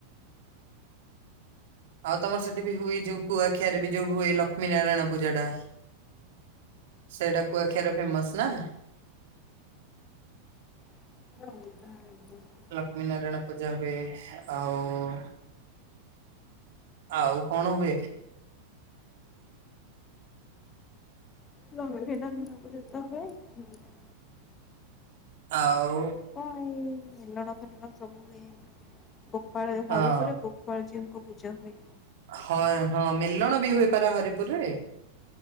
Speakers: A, on the right (about 55°); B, on the left (about 25°).
A: ଆଉ ତମର ସେଠି ବି ହୁଏ ଯୋଉ କୁଆଖିଆରେ ବି ଯୋଉ ହୁଏ ଲକ୍ଷ୍ମୀ ନାରାୟଣ ପୂଜା ଟା ସେଇଟା କୁୁଆଖିଆରେ ଫେମସ୍ ନା?
B: <inaudible>
A: ଲକ୍ଷ୍ମୀ ନାରାୟଣ ପୂଜା ହୁଏ ଆଉ ଆଉ କଣ ହୁଏ?
B: <inaudible>
A: ଆଉ
B: କଣ ଏଇ ମେଲଣ-ଫେଲଣ ସବୁ ହୁଏ ଗୋପାଳ
A: ହଁ।
B: ହରିପୁରେ <unintelligible> ଙ୍କୁ ପୂଜା ହୁଏ।
A: ହଁ-ହଁ ମିଲଣ ବି ହୋଇପାରେ ହରିପୁରରେ।